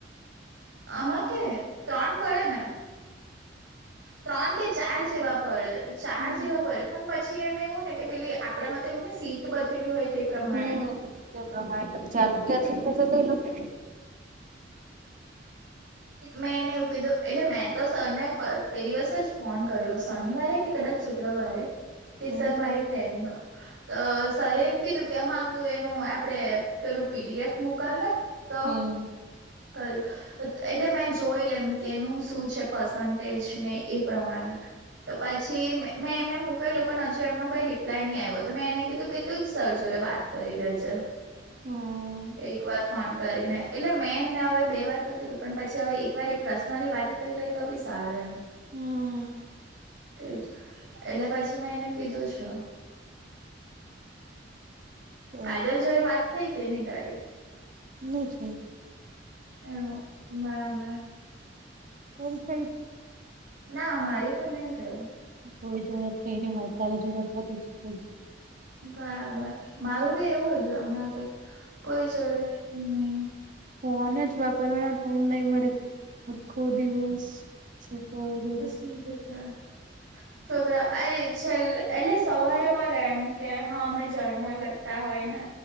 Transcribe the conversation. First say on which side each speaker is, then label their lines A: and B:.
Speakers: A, on the right; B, on the right.
A: આમાં કે ત્રણ પડે ને ત્રણ કે ચાર જેવા પડે ચાર
B: હમ્મ
A: જેવા પડે પણ પછી એમ એવું ને કે પેલી આપડે મ તો એવું ને સીત બચેલી હોય તે પ્રમાણે
B: હમ્મ. તે પ્રમાણે ત ચાલુ કેથી થશે તો એ લોકો
A: મેં એને એવું કીધું એટલે મેં તો સરને તે દિવસે જ ફોન કર્યો શનિવારે કદાચ સૂત્રવાળરે કે
B: હમ્મ
A: સર મારી ફન્ડ અ સર એમ કીધું કે હા તું એનું આપણેે પેલું પીડીએફ મોકલ ને તો
B: હમ્મ.
A: કરું એટલે મેં જોઈ લેમ કે એનું શું છે પર્સન્ટેજ ને એ પ્રમાણે તો પછી મેં એમને મકલું પણ હજુ એમનો કોઈ રિપ્લાય નહી આવ્યો તો મેં એને કીધું કે તું જ સરજો રે વાત કરી લ છે
B: હમ્મ.
A: એક વાર ફોન કરીને એટલે મે એમને હવે બે વાર તકી પણ પછી હવે એકવાર પર્સનલી વાત કરી લે તો બી સલે એમ
B: હમ
A: તેજ એટલે પછી મેં એને કીધું છે
B: તો
A: કાજલ જોરે વાત થાય કે નહી તારી
B: નથીહી ન
A: હ મારામાં
B: ત છે
A: ના મારી પણ નહી થઈ
B: કોઈ જોડત ર એની મા તારે જોરત છે તો
A: બરાબર મારું બી એવું જ હમણાં તો કોઈ જરત નહી
B: ફન જ વાપરવાનો ટાઈમ નહી મળે ત આખો દિવસ છેવા જોડે
A: જ છે હ છોકરા અરે છેલ્ એટલે સવારેમાં લે એમ કે હા અમે જર્નર લગતા હોય ને